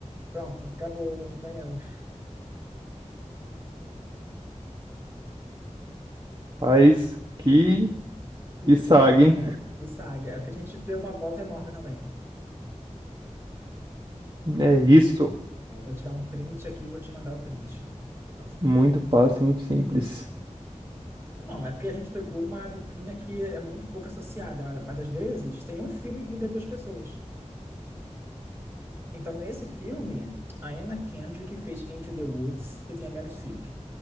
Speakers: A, on the right; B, on the right.
A: Pronto, acabou, ganhamos.
B: Mas que,
A: Que dificuldade,
B: que saga, hein?
A: né? Que saga. É porque a gente deu uma volta enorme também.
B: É isso.
A: Ó, eu vou tirar um print aqui e vou te mandar o print, pra você poder
B: Muito fácil, muito simples.
A: Não, é porque a gente pegou uma duplinha que é muito pouco associada, mas, mas às vezes tem um filme que liga duas pessoas. Então, nesse filme, a Anna Kendrick fez Into the Woods, que tem a Meryl Streep.